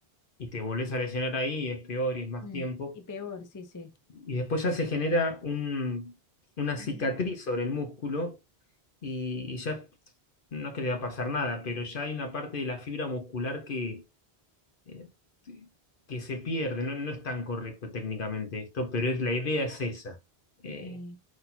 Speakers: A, on the left; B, on the left.
A: y te volvés a lesionar ahí, y es peor y es más
B: Mm,
A: tiempo,
B: y peor, sí, sí.
A: y después ya se
B: no.
A: genera un- una cicatriz
B: mm,
A: sobre el músculo y, y ya no es que te va a pasar nada, pero ya hay una parte de la fibra muscular que, eh, que se pierde. No, no es tan correcto técnicamente esto, pero es, la idea es esa. Eh,
B: eh,